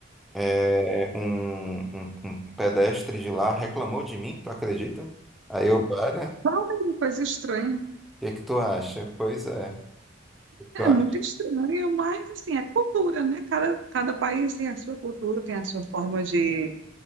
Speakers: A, in the centre; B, on the right.
A: é, um, um- um pedestre de lá reclamou de mim, tu acredita? Aí eu, olha,
B: Olha, coisa estranha.
A: o que que tu acha? Pois é, o que
B: É
A: tu acha?
B: muito estranho, mas assim, é cultura, né? Cada, cada país tem a sua cultura, tem a sua forma de,